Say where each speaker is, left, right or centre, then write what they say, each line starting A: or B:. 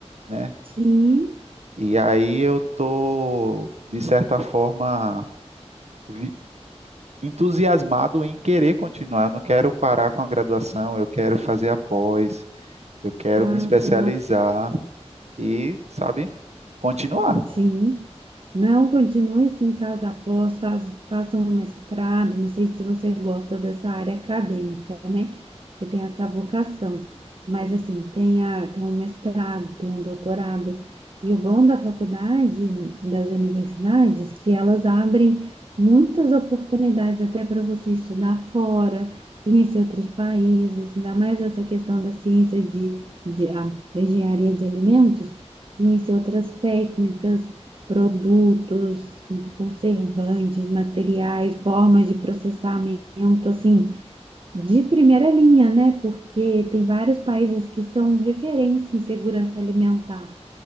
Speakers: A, on the right (about 70°); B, on the right (about 50°).
A: né?
B: sim,
A: E aí eu tô, de certa forma, vi- entusiasmado em querer continuar. Eu não quero parar com a graduação, eu quero fazer a pós, eu quero
B: passa,
A: me especializar e, sabe, continuar.
B: Sim. Não continue sim, faz após, faz, faça um mestrado. Não sei se você gosta dessa área acadêmica, né? Você tem essa vocação. Mas assim, tenha, tenha um mestrado, tenha um doutorado. E o bom da faculdade, das universidades, que elas abrem muitas oportunidades até para você estudar fora, conhecer outros países, ainda mais essa questão da ciência de, de, a- da engenharia de alimentos conhecer outras técnicas, produtos, conservantes, materiais, formas de processamento, assim, de primeira linha, né? Porque tem vários países que são referência em segurança alimentar.